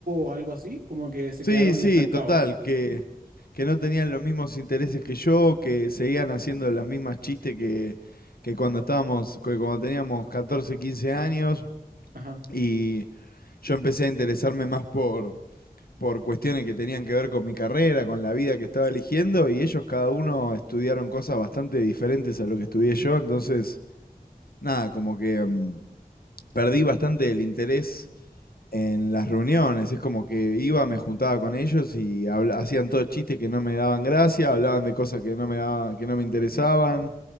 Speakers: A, on the right; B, on the left.
A: o algo así, como que se
B: Sí,
A: quedaron
B: sí,
A: estancados,
B: total,
A: ¿no?
B: que, que no tenían los mismos intereses que yo, que seguían haciendo las mismas chistes que, que cuando estábamos, que cuando teníamos 14, 15 años,
A: Ajá.
B: y yo empecé a interesarme más por, por cuestiones que tenían que ver con mi carrera, con la vida que estaba eligiendo, y ellos cada uno estudiaron cosas bastante diferentes a lo que estudié yo, entonces, nada, como que mm, perdí bastante el interés en las reuniones. Es como que iba, me juntaba con ellos y habla- hacían todos chistes que no me daban gracia, hablaban de cosas que no me daba- que no me interesaban,